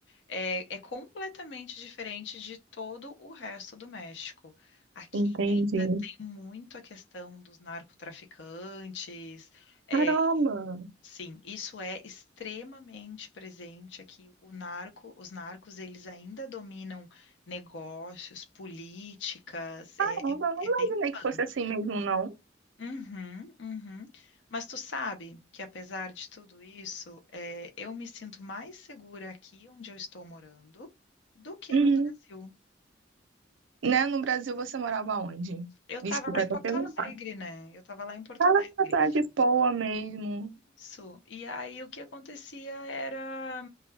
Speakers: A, on the left; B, on the right.
A: é, é completamente diferente de todo o resto do México. Aqui
B: entendi.
A: ainda tem muito a questão dos narcotraficantes, eh,
B: Caramba!
A: Sim, isso é extremamente presente aqui. O narco, os narcos, eles ainda dominam negócios, políticas, é,
B: Não,
A: é-
B: eu não
A: é bem
B: imaginei
A: punk.
B: que fosse assim mesmo, não.
A: Uhum, uhum. Mas tu sabe que apesar de tudo isso, é, eu me sinto mais segura aqui onde eu estou morando do que
B: Uhum.
A: no Brasil.
B: Né? No Brasil você morava onde?
A: Eu estava
B: Desculpa
A: lá em
B: até
A: Porto
B: perguntar.
A: Alegre, né? Eu estava lá em Porto
B: ela
A: Alegre.
B: na de Poa mesmo.
A: Isso. E aí o que acontecia era